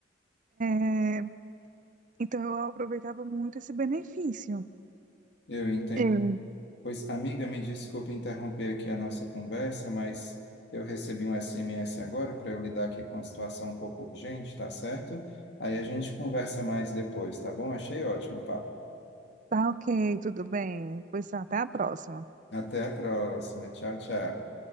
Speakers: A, on the right (about 45°); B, on the left (about 65°).
A: é, então, eu aproveitava muito esse benefício.
B: Eu entendo.
A: Sim.
B: Pois, amiga, me desculpe interromper aqui a nossa conversa, mas eu recebi um SMS agora para eu lidar aqui com uma situação um pouco urgente, tá certo? Aí a gente conversa mais depois, tá bom? Achei ótimo, o papo
A: Tá ok, tudo bem. Pois tá, até a próxima.
B: Até a próxima. Tchau, tchau.